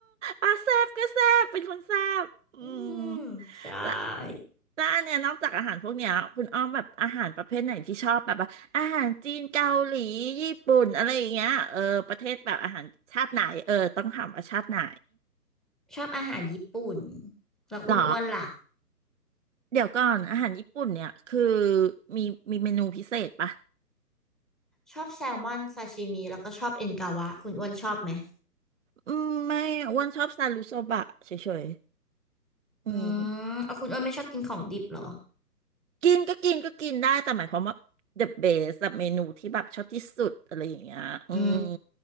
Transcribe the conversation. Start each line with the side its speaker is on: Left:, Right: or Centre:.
Right: อ่ะแซบก็แซบเป็นคนแซบอืม
Centre: อืมใช่
Right: และแล้วอันเนี้ยนอกจากอาหารพวกเนี้ยคุณอ้อมแบบอาหารประเภทไหนที่ชอบแบบว่าอาหารจีนเกาหลีญี่ปุ่นอะไรอย่างเงี้ยเออ ประเทศแบบอาหารชาติไหน เออ ต้องถามว่าชาติไหน
Centre: ชอบอาหารญี่ปุ่นแล้วคุณอ้วนล่ะ
Right: หรอ เดี๋ยวก่อน อาหารญี่ปุ่นเนี่ย คือมีมีเมนูพิเศษปะ
Centre: ชอบแซลมอนซาชิมิแล้วก็ชอบเอ็นกาวะคุณอ้วนชอบไหม
Right: อืมไม่อ้วนชอบซารุโซบะเฉยๆอืม
Centre: อืมเอาคุณอ้วนไม่ชอบกินของดิบเหรอ
Right: กินก็กินก็กินได้แต่หมายความว่า the best แบบเมนูที่แบบชอบที่สุดอะไรอย่างเงี้ยอืม
Centre: อื